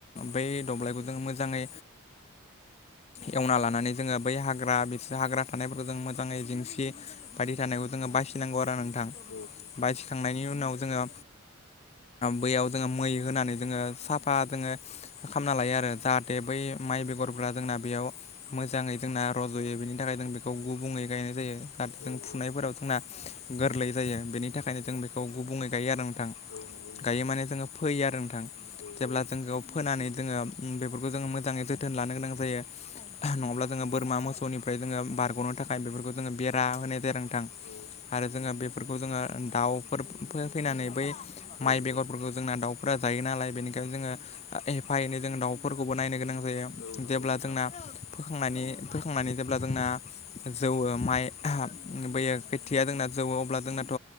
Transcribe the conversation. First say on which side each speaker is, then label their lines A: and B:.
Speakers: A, on the left; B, on the left.
A: बै दब्लायखौ जोङो मोजाङै एवना लानानै जोङो बै हाग्रा बि हाग्रा थानायफोरखौ जों मोजाङै जेंसि बायदि थानायखौ जोङो बायसिनांगौ आरो नोंथां
B: औ
A: बासिखांनायनि उनाव जोङो बैयाव जोङो मै होनानै जोङो साफा जोङो खालामना लायो आरो जाहाथे बै माइ बेगरफ्रा जोंना बेयाव मोजाङै जोंना रज'यो बेनि थाखाय जों बेखौ गुबुंङै गायनाय जायो।
B: औ
A: फुनायफोराव
B: औ
A: जोंना गोरलै जायो बेनि थाखायनो जों बेखौ गुबुंङै गायो आरो नोंथां
B: औ नंगौ नोंथां
A: गायो माने जोङो फैयो आरो नोंथां।
B: औ
A: जेब्ला
B: औ
A: जोंखौ फोनानै जोङो बेफोरखौ जोङो मोजाङै जोथोन लानो गोनां जायो नङाब्ला जोङो बोरमा मोसौनिफ्राय जोङो बारग'नो थाखाय बेफोरखौ जोङो बेरा होनाय जायो आरो नोंथां।
B: औ
A: आरो जोङो बेफोरखौ जोङो दाउफोर फैनानै बै
B: औ
A: माइ बेगरफोरखौ जोंना दाउ फोरा जायो नालाय बेनिखायनो जोङो हेफा एनै जोंङो दाउफोरखौबो नायनो गोनां जायो
B: औ नंगौ
A: जेब्ला
B: नोंथां
A: जोंना फोखांनानै फोखांनानै जे ब्ला जोंना जौ माइ बोयो खोथिया जोंना जौवो अब्ला जोंनाथ'